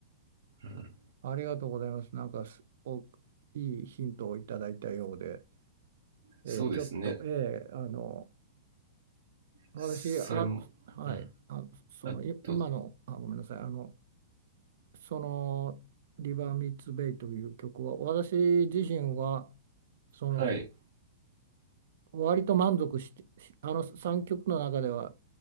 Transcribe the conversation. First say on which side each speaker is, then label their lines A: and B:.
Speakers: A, on the right; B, on the right.
A: うん。
B: ありがとうございます。なんかす、お、いいヒントをいただいたようで。えーちょっと、
A: そうですね。
B: えーあの、私、
A: それも、
B: あ、はい、
A: うん。
B: あ、その、
A: あ、
B: い今の、
A: どうぞ。
B: あ、ごめんなさい、あの、その、リバー・ミーツ・ベイという曲は、私自身は、その、
A: はい、
B: 割と満足して、しあの3曲の中では、